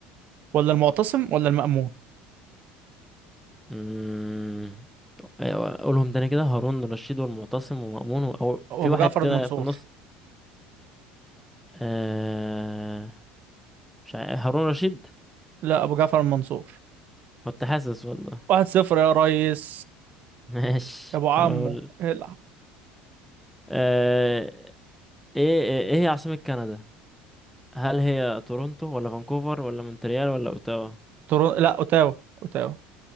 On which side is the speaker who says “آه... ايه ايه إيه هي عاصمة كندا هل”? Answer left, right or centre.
Centre